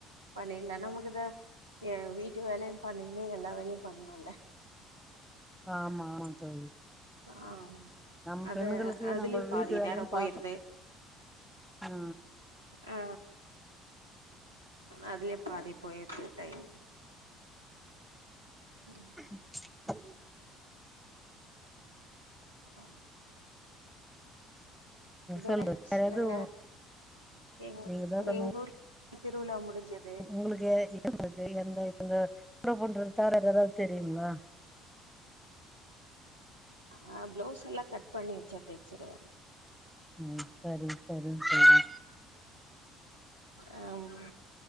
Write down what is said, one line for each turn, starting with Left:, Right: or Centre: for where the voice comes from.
Right: பண்ணிடலாம் நமக்குதா வீட்டு வேலையும் பண்ணீன்னு எல்லா வேலையும் பண்ணும்ல
Centre: ஆமா ஆமா தோழி
Right: ஆ
Centre: நம்ம
Right: அது
Centre: பெண்களுக்கு
Right: அதுலயும்
Centre: நம்ம
Right: பாதி
Centre: வீட்டு வேலையு
Right: நேரம் போயிருது
Centre: பாக்கணு ம்
Right: ஆ அதுலயே பாதி போய்டுது டைம் ம்
Centre: உ
Right: ஆ வேற
Centre: சொல்லு
Right: சொல்லுங்க
Centre: எதுவு
Right: எ
Centre: நீங்க தா சொல்லுங்க
Right: எங்க ஊர் திருவிழா முடிஞ்சது
Centre: உங்களுக்கு எங்களுக்கு எந்த எந்த <unintelligible> பண்றது தவ ஏதாது தெரியுமா
Right: ஆ ப்ளவுஸ் எல்லா கட் பண்ணி வச்சா தச்சிருவேன்
Centre: ம் செரி செரிங் தோழி
Right: ஆ ம்